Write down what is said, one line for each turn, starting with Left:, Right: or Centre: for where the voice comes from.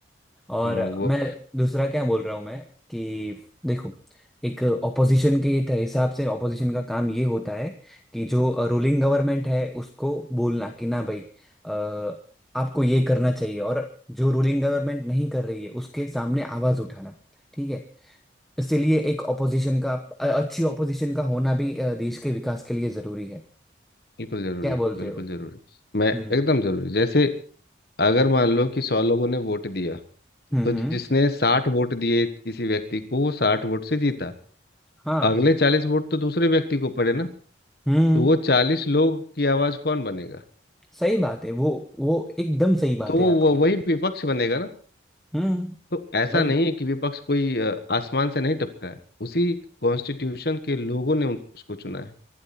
Centre: और
Left: उन- वो
Centre: मैं दूसरा क्या बोल रहा हूँ मैं कि देखो एक ऑपोजिशन के त- हिसाब से ऑपोजिशन का काम ये होता है कि जो रूलिंग गवर्नमेंट है उसको बोलना कि ना भाई अ, आपको ये करना चाहिए और जो रूलिंग गवर्नमेंट नहीं कर रही है उसके सामने आवाज उठाना ठीक है इसीलिए एक ऑपोजिशन का अ- अच्छी ऑपोजिशन का होना भी अ, देश के विकास के लिए जरूरी है
Left: बिल्कुल ज़रूरी
Centre: क्या बोलते
Left: बिल्कुल
Centre: हो
Left: ज़रूरी मैं
Centre: हम्म
Left: एकदम ज़रूरी जैसे अगर मान लो कि सौ लोगों ने वोट दिया
Centre: हम्म
Left: तो जिसने
Centre: हम्म
Left: साठ वोट दिए किसी व्यक्ति को वो साठ वोट से जीता
Centre: हाँ
Left: अगले चालीस वोट तो दूसरे व्यक्ति को पड़े ना
Centre: हम्म
Left: तो वो चालीस लोग की आवाज़ कौन बनेगा
Centre: सही बात है वो वो एकदम सही बात
Left: तो
Centre: है
Left: वो
Centre: आपकी
Left: वो वही विपक्ष बनेगा ना
Centre: हम्म
Left: तो ऐसा
Centre: भाई
Left: नहीं है कि विपक्ष कोई अ, आसमान से नहीं टपका है उसी कॉन्स्टिट्यूशन के लोगों ने उन- उसको चुना है